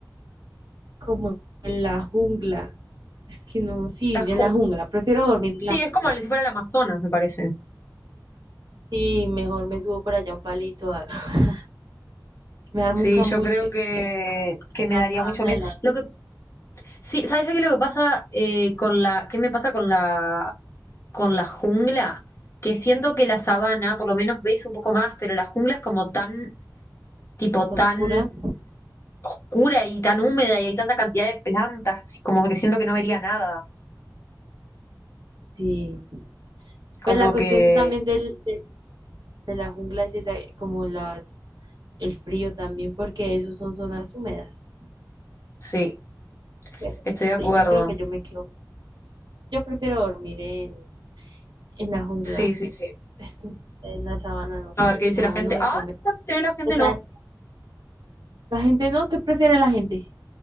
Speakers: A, on the right; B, on the left.
A: Como en la jungla. Es que no, sí,
B: La
A: en
B: ju-
A: la jungla. Prefiero dormir
B: sí,
A: en la jungla.
B: es como si fuera el Amazonas, me parece.
A: Sí, mejor me subo por allá a un palito, a- <laughs> me armo
B: Sí,
A: un cambuche
B: yo creo que,
A: en la,
B: que
A: en
B: me
A: la
B: daría
A: sabana
B: mucho miedo.
A: de la
B: Lo que, sí, ¿sabes qué es lo que pasa eh, con la, qué me pasa con la, con la jungla? Que siento que la sabana, por lo menos veis un poco más, pero la jungla es como tan, tipo,
A: oscura.
B: tan oscura y tan húmeda y hay tanta cantidad de plantas, como que siento que no vería nada.
A: Sí.
B: Como
A: Pues la cuestión
B: que,
A: de- también del, de, de la jungla es esa, como las, el frío también, porque esos son zonas húmedas.
B: sí,
A: Pero
B: estoy de acuerdo.
A: sí, yo creo que yo me quedo, yo prefiero dormir en, en la jungla.
B: Sí, sí, sí.
A: es que en la sabana no,
B: A ver qué dice
A: no,
B: la gente.
A: no me
B: Ah,
A: convence.
B: la mayoría de la gente
A: O sea,
B: no.
A: la gente no, ¿qué prefiere la gente?